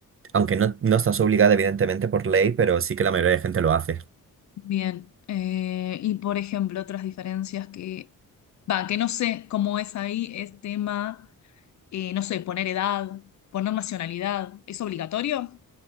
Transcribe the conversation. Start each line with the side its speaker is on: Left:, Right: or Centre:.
Right: aunque no, no estás obligada evidentemente por ley, pero sí que la mayoría de gente lo hace.
Left: Bien, eh, y por ejemplo, otras diferencias que, va, que no sé cómo es ahí, es tema, eh, no sé, poner edad, poner nacionalidad, ¿es obligatorio?